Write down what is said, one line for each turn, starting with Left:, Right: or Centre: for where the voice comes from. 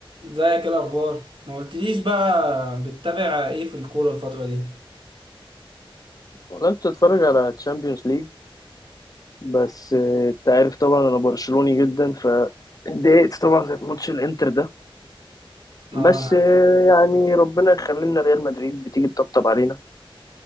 Right: ازيك ايه الاخبار ما قلتليش بقى بتتابع ايه في الكوره الفتره دي
Left: والله كنت بتفرج على تشامبيونز ليج بس آه، انت عارف طبعا انا برشلوني جدا فاتضايقت طبعا زي ماتش الانتر ده
Right: اه
Left: بس
Right: انا
Left: آه، يعني ربنا يخلينا ريال مدريد بتيجي تطبطب علينا